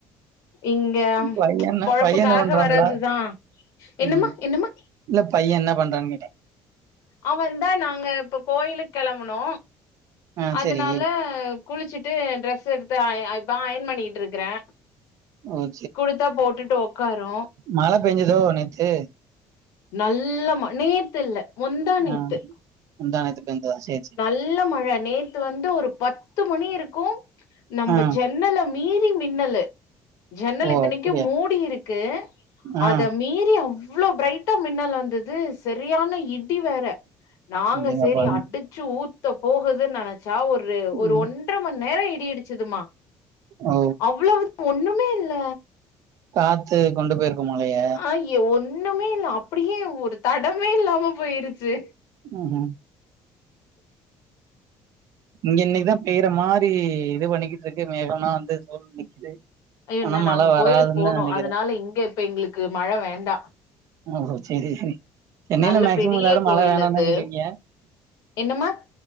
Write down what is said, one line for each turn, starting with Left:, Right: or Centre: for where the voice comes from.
Left: இங்க
Right: பையன் என்ன
Left: பொழப்புக்காக
Right: பையன் என்ன பண்றாப்ல
Left: வரது தா என்னமா
Right: ம்
Left: என்னமா
Right: இல்ல பைய என்ன பண்றான் கேட்ட
Left: அவன்ந்தா நாங்க இப்ப கோயிலுக் கெளம்புனோ
Right: ஆ
Left: அதனால
Right: சரி
Left: குளிச்சிட்டு டிரஸ் எடுத்து அ அ இப்ப அயன் பண்ணிட்டு இருக்கறே
Right: ஓ
Left: குடுத்தா போட்டுட்டு உக்காரு
Right: மழ பேஞ்சுதோ நேத்து
Left: நல்ல ம நேத்து இல்ல முந்தா நேத்து
Right: ஆ முந்தா நேத்து பேஞ்சுதா சேர் சேர்
Left: நல்ல மழை நேத்து வந்து ஒரு பத்து மணி இருக்கு நம்ப
Right: ஆ
Left: ஜ ன்னல மீறி மின்னலு ஜன்னல்
Right: ஓ
Left: இத்தனைக்கு
Right: அப்படியா
Left: மூடி இருக்கு
Right: ஆ
Left: அத மீறி அவ்வளோ பிரைட் டா மின்னல் வந்தது சரியான இடி வேற நாங்க
Right: அடேங்கப்பா
Left: செரி அடு ச்சு ஊத்த போகுதுன் நெனைச்சா ஒரு ஒரு
Right: ம்
Left: ஒன்ற மண் நேர இடி இடிச்சுதுமா
Right: ஓ
Left: அவ்வளவுதா ஒண்ணுமே இல்ல
Right: காத்து கொண்டு போயிருக்கு மழைய
Left: ஆ ஒண்ணுமே இல்ல அப்படியே ஒரு தடமே இல்லாம போயிருச்சு
Right: ம் ஹு இங்க இன்னைக்குதா பெய்ற மாரி இது பண்ணிகிட்ருக்கு மேகல்லா வந்து சூழ்ந்து நிக்குது
Left: அயோ
Right: ஆனா
Left: இன்ன நாங்க
Right: மழை வராதுன்னு
Left: கோயிலுக்கு போனு
Right: நினைக்கிறேன்
Left: அதனால இங்க இப்ப எங்களுக்கு மழ வேண்டா
Right: ஓ செரி சென்னைல
Left: நல்ல
Right: மேக்சிமம்
Left: பெரிய
Right: எல்லாரு
Left: கோயில்
Right: மழ வேணானுதா
Left: அது
Right: சொல்லுவிங்க
Left: என்னமா